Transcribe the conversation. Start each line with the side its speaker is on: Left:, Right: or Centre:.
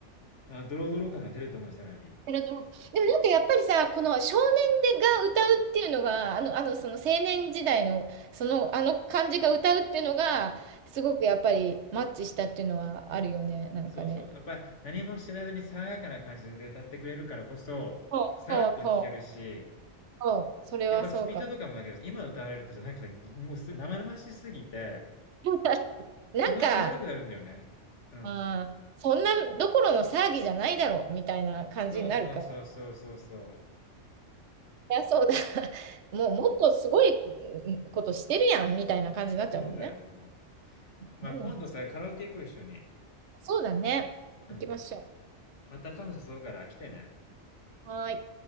Left: まあ、ドロドロ感が出ると思うよ、さらに。
Right: ペラドロでもなんかやっぱりさ、この少年でが歌うっていうのが、あの、あのその青年時代の、その、あの感じが歌うっていうのが、すごくやっぱりマッチしたっていうのはあるよね、なんかね。
Left: そうそう。やっぱ、何も知らずに爽やかな感じで歌ってくれるからこそ、
Right: そうそうそ
Left: さらっと聴けるし、
Right: う、そう、それはそうかも。
Left: やっぱスピードとかもだけど、今歌われるとさ、なんかさ、もうす生々しすぎて、
Right: <laughs> なんか、
Left: 気持ち悪くなるんだよね。うん。
Right: ああ、そんなどころの騒ぎじゃないだろうみたいな感じになるから、
Left: そうそうそうそうそうそう。
Right: いや、そうだ、<laughs> もうもっとすごいうんことしてるやんみたいな感じになっちゃうもんね。
Left: そうだよ、もう。まあ、
Right: うん、
Left: 今度さ、カラオケ行こう、一緒に。
Right: そうだね。行きましょ
Left: うん。またカフェ誘うから来てね。
Right: う。はーい。